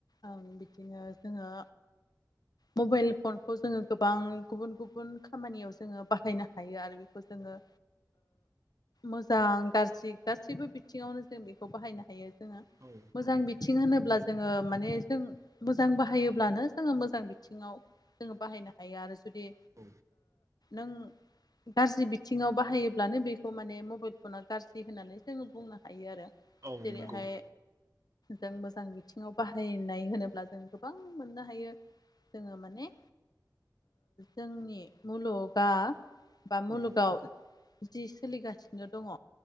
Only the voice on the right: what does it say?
औ
औ
औ
नंगौ
औ